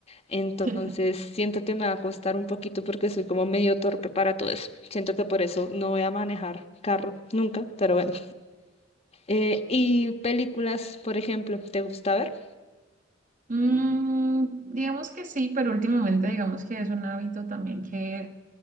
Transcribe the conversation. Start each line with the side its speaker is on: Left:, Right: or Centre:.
Left: Entonces,
Right: <laughs>
Left: siento que me va a costar un poquito porque soy como medio torpe para todo eso. Siento que por eso no voy a manejar carro nunca, pero bueno. Eh, y películas, por ejemplo, ¿te gusta ver?
Right: Mm, digamos que sí, pero últimamente digamos que es un hábito también que,